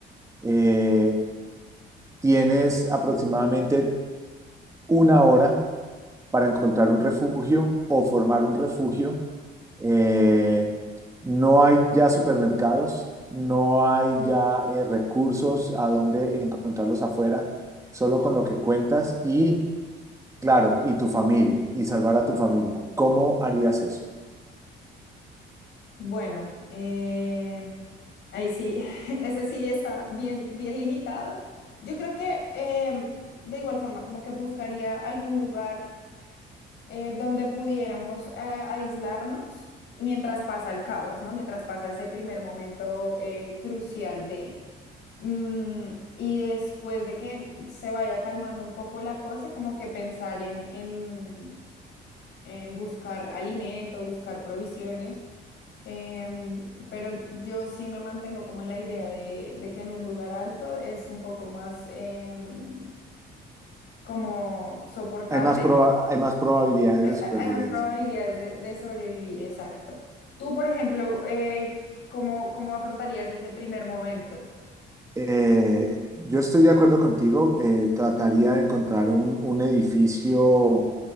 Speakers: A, on the right (about 15°); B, on the left (about 70°).
A: eh, tienes aproximadamente una hora para encontrar un refugio o formar un refugio Eh, no hay ya supermercados, no hay ya eh, recursos a donde encontrarlos afuera, solo con lo que cuentas y, claro, y tu familia, y salvar a tu familia. ¿Cómo harías eso?
B: Bueno, eh, ahí sí, <laughs> ese sí está bien, bien limitado. Yo creo que eh, de igual forma, como que buscaría algún lugar eh, donde pudiéramos eh, aislarnos mientras pasa el caos, ¿no? Mientras pasa ese primer momento eh, crucial de... Mm, y después de que se vaya calmando un poco la cosa, como que pensar en, en en buscar alimento, buscar provisiones. Em, pero yo sí me mantengo como en la idea de, de que en un lugar alto es un poco más em, como soportable.
A: Hay más proba- hay más probabilidades
B: Hay,
A: de supervivencia.
B: hay- hay más probabilidades de, de sobrevivir, exacto. Tú, por ejemplo, eh, ¿cómo, cómo afrontarías ese primer momento?
A: Eh, yo estoy de acuerdo contigo. eh, trataría de encontrar un, un edificio